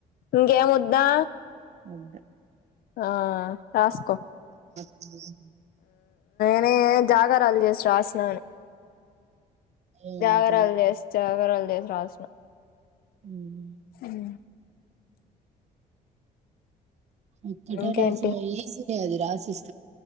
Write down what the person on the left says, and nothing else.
ఇం గేముద్దా
ఆ రాస్కో
మే జాగారలు చేసి రా్రాసినను
జాగర
అల్ ఎస్ జగరల్ ే రాసిన
మ్మ్
ఇంకేంటి